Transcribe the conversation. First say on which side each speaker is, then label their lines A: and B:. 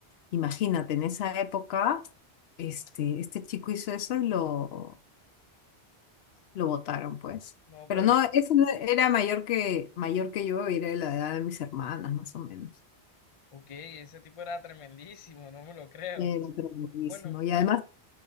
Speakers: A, on the left; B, on the left.
A: imagínate, en esa época, este, este chico hizo eso y lo, lo botaron, pues.
B: no,
A: Pero
B: pero
A: no,
B: era...
A: ese no era mayor que, mayor que yo, era de la edad de mis hermanas, más o menos.
B: Ok, ese tipo era tremendísimo, no me lo creo.
A: Era tremendísimo.
B: Bueno,
A: Y además,
B: en